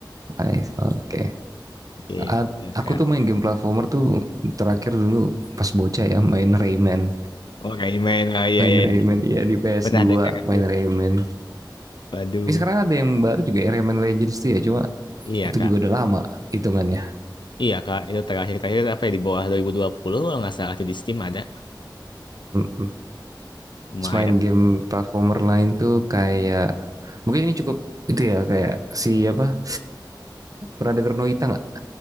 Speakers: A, on the right; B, on the left.
A: I see. Oke.
B: Gitu
A: A-
B: Kak.
A: Aku tuh main game platformer tuh terakhir dulu pas bocah ya, main Rayman.
B: Oh main, oh iya
A: Main
B: iya.
A: Rayman,
B: iya.
A: iya di ps
B: Pernah
A: dua.
B: dengar itu.
A: main Rayman.
B: Waduh.
A: Tapi sekarang ada yang baru juga ya, Rayman Legends tuh ya, cuma
B: Iya
A: itu
B: Kak.
A: juga udah lama hitungannya.
B: Iya Kak, itu terakhir-terakhir apa ya di bawah dua dua ribu dua puluh kalau nggak salah itu di Steam ada.
A: mm
B: Lumayan.
A: Terus main game platformer lain tuh kayak mungkin ini cukup itu ya kayak si apa pernah denger Noita nggak?